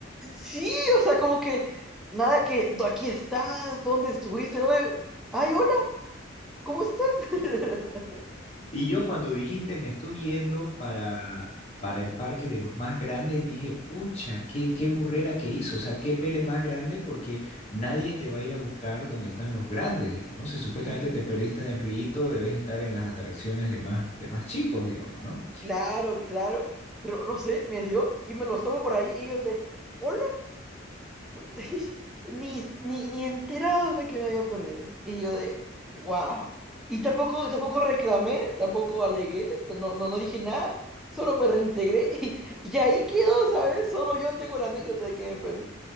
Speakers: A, in the centre; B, on the left (about 35°).
A: sí, o sea, como que, nada que, "Do- aquí estás, ¿dónde estuviste? No, de, ay, hola, ¿cómo estás? <laughs>
B: Y yo cuando dijiste me estoy yendo para, para el parque de los más grandes, dije, pucha, qué, qué burrera que hizo, o sea, qué pele más grande porque nadie te va a ir a buscar donde están los grandes, digamos, ¿no? Si supuestamente
A: Sí,
B: te perdiste en el rito, debes estar en las atracciones de más, de más chicos, digamos, ¿no?
A: claro, claro. Pero no sé, me dio y me los tomo por ahí y ellos de, hola. <laughs> Ni, ni, ni enterado de que me había perdido. Y yo de, wow. Y tampoco, tampoco reclamé, tampoco alegué, t- no, no, no dije nada, solo me reintegré <laughs> y, y ahí quedó, ¿sabes? Solo yo tengo la anécdota de que me perdí.